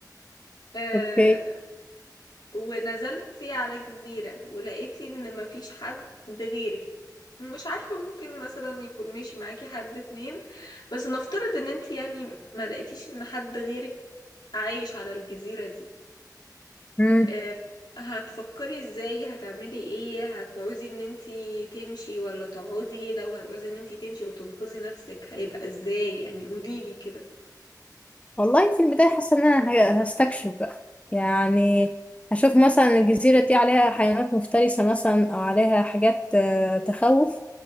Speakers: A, on the left (about 75°); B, on the left (about 20°).
A: آه
B: اوكي
A: ونزلتي على جزيرة ولقيتي ان مفيش حد غيرك مش عارفة ممكن مثلا يكون ماشي معاكي حد اتنين بس نفترض ان انتي يعني ما لقيتيش ان حد غيرك عايش على الجزيرة دي
B: امم
A: آه، هتفكري ازاي هتعملي ايه هتعوزي ان انتي تمشي ولا تقعدي لو هتعوزي ان انتي تمشي وتنقذي نفسك هيبقى ازاي يعني قوليلي كده
B: والله في البدايه حاسه ان انا ه- هستكشف بقى يعني هشوف مثلا الجزيره دي عليها حيوانات مفترسه مثلا او عليها حاجات آه، تخوف